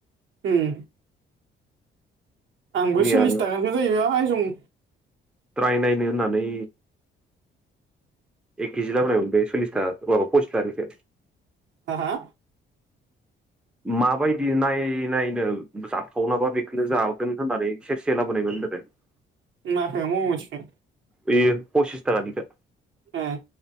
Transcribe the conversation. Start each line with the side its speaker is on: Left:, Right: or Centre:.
Right: ओम। आंबो
Centre: मैया
Right: सल्लिस थाखाखौ जायो <unintelligible> आइजं।
Centre: ट्राय नायनो होननानै एक केजि लाबोनायाव मोन बे सल्लिस था माबा <unintelligible>
Right: हा-हा
Centre: माबायदि नायै नायनो जाथावनाबा बेखौनो जागोन होननानै सेरसे लाबोनाय मोन <unintelligible>
Right: माखौ मबे मोनसेखौ
Centre: बेयो पसिस थाखानिखो
Right: एह